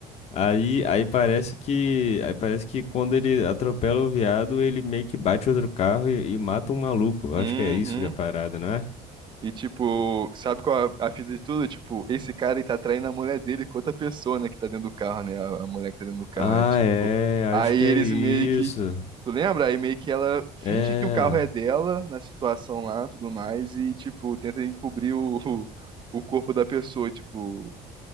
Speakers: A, on the left; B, on the right.
A: Aí, aí parece que, aí parece que quando ele atropela o viado, ele meio que bate outro carro e, e mata um maluco. Eu
B: Uhum.
A: Acho que é isso que é a parada, não é?
B: E, tipo, sabe qual é a a fita de tudo? Tipo, esse cara ele tá traindo a mulher dele com outra pessoa, né, que tá dentro do carro, né? A, a mulher que tá dentro do carro.
A: Ah,
B: É tipo.
A: é,
B: Aí
A: acho que
B: eles
A: é isso.
B: meio que. Tu lembra? Aí meio que ela finge
A: É,
B: que o carro é dela na situação lá, tudo mais, e, tipo, tenta encobrir o, <laughs> o, o corpo da pessoa. Tipo,